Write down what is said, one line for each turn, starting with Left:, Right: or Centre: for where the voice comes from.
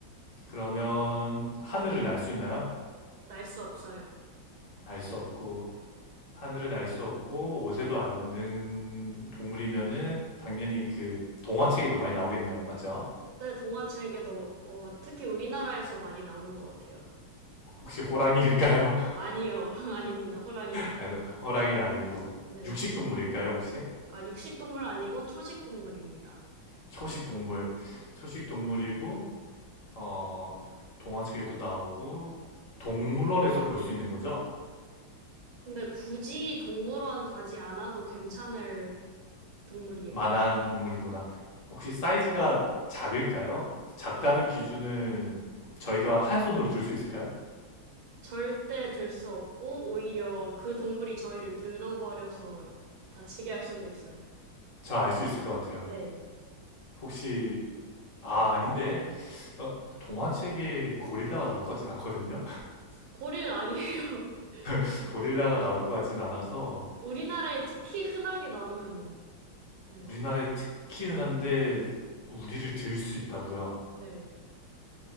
Left: 그러면 하늘을 날 수 있나요?
Right: 날 수 없어요.
Left: 날 수 없고, 하늘을 날 수 없고, 5세도 아는 동물이면은 당연히 그 동화책에도 많이 나오겠네요. 맞죠?
Right: 네, 동화책에도, 어, 특히 우리나라에서 많이 나오는 것 같아요.
Left: 혹시 호랑이일까요?
Right: 아니요, <laughs> 아닙니다. 호랑이는.
Left: 아유, 호랑이는 아니고
Right: 네.
Left: 육식 동물일까요, 혹시?
Right: 아, 육식동물 아니고 초식동물입니다.
Left: 초식 동물. 초식 동물이고 어 동화책에도 나오고 동물원에서 볼 수 있는 거죠?
Right: 근데 굳이 동물원 가지 않아도 괜찮을 동물이에요.
Left: 만한 동물이구나. 혹시 사이즈가 작을까요? 작다는 기준은 저희가 한 손으로 들 수 있을까요?
Right: 절대 들 수 없고, 오히려 그 동물이 저희를 들어버려서 다치게 할 수도 있어요.
Left: 저 알 수 있을 것 같아요.
Right: 네.
Left: 혹시 아, 아닌데. 어, 동화책에 고릴라가 나올 것 같진 않거든요.
Right: 고릴 아니에요. <laughs>
Left: <laughs>
Right: 네네.
Left: 고릴라가 나올 것 같진 않아서
Right: 우리나라에 특히 흔하게 나오는, 네.
Left: 우리나라에 특히 흔한데 우리를 들 수 있다고요?
Right: 네.